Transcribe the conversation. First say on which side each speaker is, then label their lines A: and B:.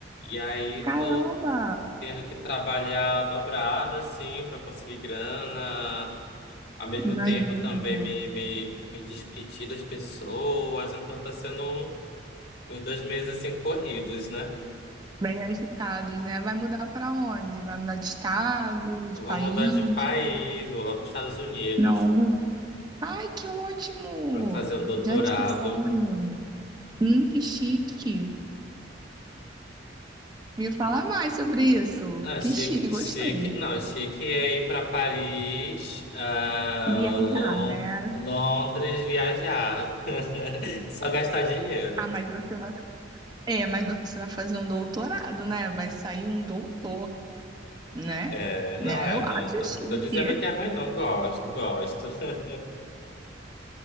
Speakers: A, on the left (about 60°); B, on the right (about 20°).
A: E aí
B: Caramba,
A: tô tendo que trabalhar dobrado, assim, para conseguir grana. Ao mesmo
B: imagino.
A: tempo também me, me, me despedir das pessoas. Então tá sendo uns dois meses assim corridos, né?
B: Bem agitados, né? Vai mudar pra onde? Vai mudar de estado, de
A: Eu
B: país?
A: vou mudar de país, vou lá para os Estados Unidos.
B: Não. Ai, que ótimo!
A: para fazer um doutorado.
B: Gente, que sonho! Hum, que chique! Me fala mais sobre isso.
A: Ah, achei
B: Que chique,
A: que de
B: gostei.
A: chique. Não, achei é ir para Paris, ah,
B: Viajar,
A: Lon-
B: né?
A: Londres, viajar. <laughs> Só gastar dinheiro.
B: Ah, mas você vai. É, mas você vai fazer um doutorado, né? Vai sair um doutor. né?
A: É, não
B: Né?
A: é,
B: Eu acho
A: não tô,
B: chique.
A: tô dizendo que é ruim, não. Gosto, gosto. <laughs>